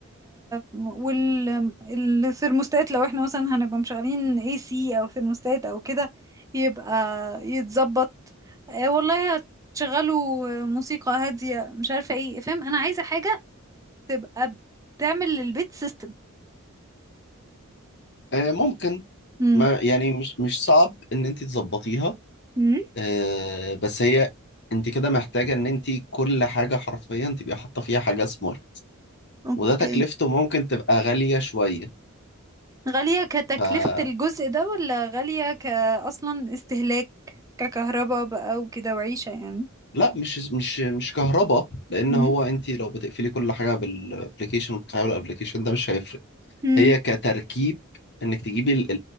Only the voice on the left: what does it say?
آه، ممكن
ما يعني مش مش صعب ان انت تظبطيها
آه، بس هي انت كده محتاجة ان انت كل حاجة حرفيا تبقي حاطة فيها حاجة سمارت
وده تكلفته ممكن تبقى غالية شوية
فلا
مش مش مش كهرباء لان
هو انت لو بتقفلي كل حاجة بالابلكيشن وبتفعلي الابلكيشن ده مش هيفرق
هي كتركيب انك تجيبي ال-